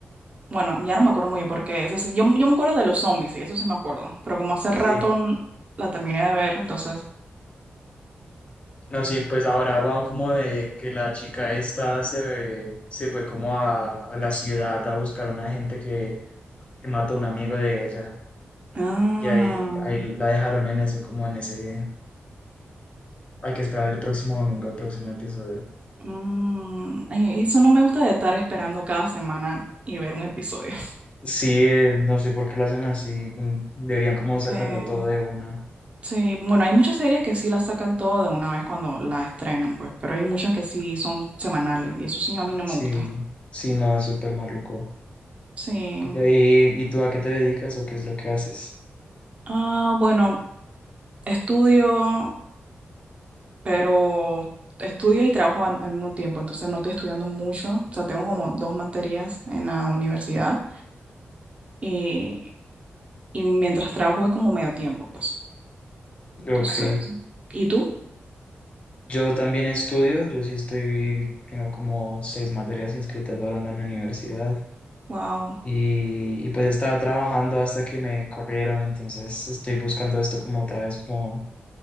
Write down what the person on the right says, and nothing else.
Bueno, ya no
me acuerdo muy bien porque eso sí- yo, yo me acuerdo de los zombies, sí, eso sí me acuerdo, pero como hace rato
n- la terminé de ver, entonces.
Ah.
Mm, y- y eso no me gusta de estar esperando cada semana y ver un episodio. <laughs>
Eh,
sí, bueno, hay muchas series que sí las sacan todo de una vez cuando la estrenan, pues, pero hay muchas que sí son semanales y eso sí a mí no me
gusta.
Sí.
Ah, bueno, estudio, pero estudio y trabajo al, al mismo tiempo, entonces no estoy estudiando mucho. O sea, tengo como dos materias en la universidad y, y mientras trabajo es como medio tiempo, pues.
Entonces, ¿y tú?
Wow.